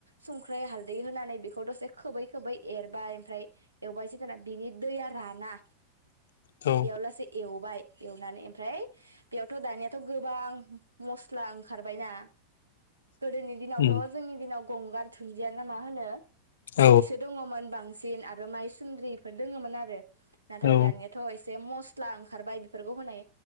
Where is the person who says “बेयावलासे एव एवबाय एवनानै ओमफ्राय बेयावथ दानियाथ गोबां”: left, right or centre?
Right